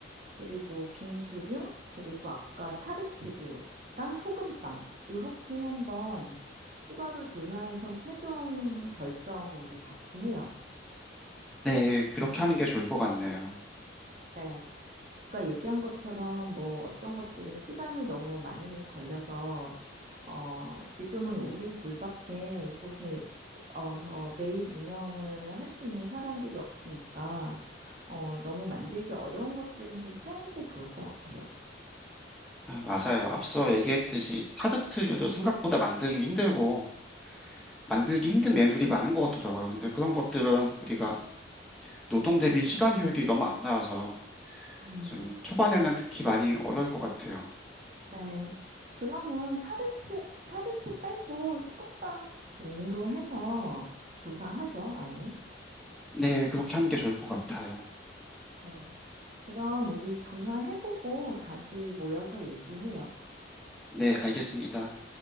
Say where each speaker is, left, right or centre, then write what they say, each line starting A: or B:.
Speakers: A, on the right; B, in the centre.
A: 그리고 빙수류, 그리고 아까 타르트류랑 소금빵, 요렇게 한번 추가로 조사해서 최종 결정 우리 같이 해요.
B: 네, 그렇게 하는 게 좋을 것 같네요.
A: 네. 아까 얘기한 것처럼 뭐 어떤 것들은 시간이 너무 많이 걸려서 어 지금은 우리 둘밖에 이곳에 어서 매일 운영을 할 수 있는 사람들이 없으니까 어 너무 만들기 어려운 것들은 좀 피하는 게 좋을 것 같아요.
B: 아, 맞아요. 앞서 얘기했듯이 타르트류도 생각보다 만들기 힘들고 만들기 힘든 메뉴들이 많은 것 같더라고요. 근데 그런 것들은 우리가 노동 대비 시간 효율이 너무 안 나와서
A: 음,
B: 좀 초반에는 특히 많이 어려울 것 같아요.
A: 네. 그러면 타르트 타르트 빼고 소금빵 종류로 해서 조사하죠, 아예.
B: 네, 그렇게 하는 게 좋을 것 같아요.
A: 네. 그럼 우리 조사해보고 다시 모여서 얘기해요.
B: 네, 알겠습니다.